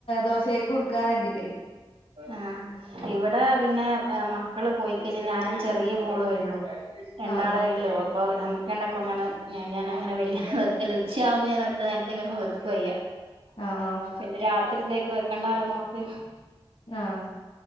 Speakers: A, on the left (about 75°); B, on the right (about 80°).
A: ദോശയൊക്കുടുക്ക കരുതീട്ട്
B: ആഹ് ഇവിടെ പിന്നെ മക്കള് പോയിക്കഴിഞ്ഞാൽ ഞാനും ചെറിയ മോളുയെഉള്ളു രണ്ടാളേയുള്ളൂ
A: ആഹ് ആഹ്
B: ഇപ്പോ ഞമ്മക്ക് രണ്ടാക്കും അങ്ങനെ ഞാൻ അങ്ങനെ വലൃ വെക്കൽ ഉച്ചകുമ്പോ ഞാൻ ഒറ്റ നേരത്തേക്ക് അങ്ങനെ വെക്കുചെയ്യ
A: ആഹ് ആഹ്
B: പിന്നെ രാത്രിത്തേക്ക് വെക്കണ്ടന്നാലോന്നോർത്ത്
A: ആഹ്